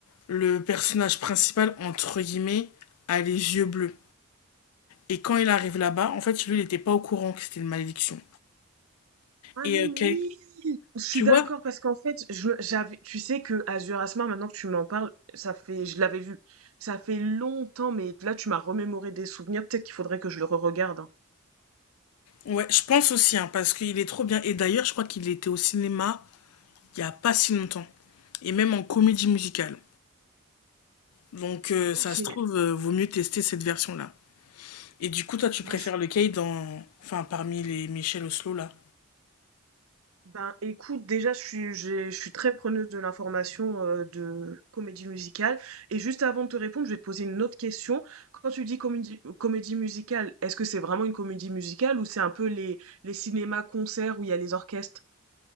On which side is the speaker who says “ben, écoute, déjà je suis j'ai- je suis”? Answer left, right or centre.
Right